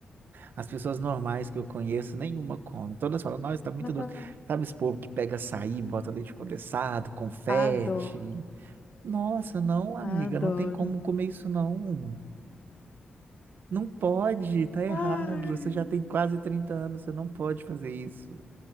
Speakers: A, on the right; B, on the left.
A: As pessoas normais que eu conheço, nenhuma come. Todas falam, nossa, tá muito
B: <laughs>
A: doce. Sabe esse povo que pega açaí, bota leite condensado, confete?
B: Adoro,
A: Nossa, não, amiga,
B: adoro.
A: não tem como comer isso, não. Não pode, tá errado.
B: Ai,
A: Você já tem quase 30 anos, você não pode fazer isso.